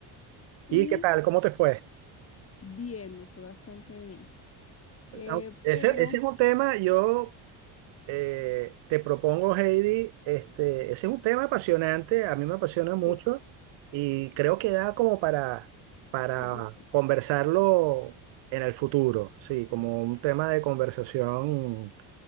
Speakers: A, on the left; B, on the right.
A: y
B: ¿Y qué tal? ¿Cómo te fue?
A: bien, me fue bastante bien. Eh,
B: Au- Ese,
A: pero,
B: ese es un tema, yo eh, te propongo, Heidi, este, ese es un tema apasionante, a mí me apasiona mucho
A: sí,
B: y creo que da como para, para
A: otra...
B: conversarlo en el futuro, sí, como un tema de conversación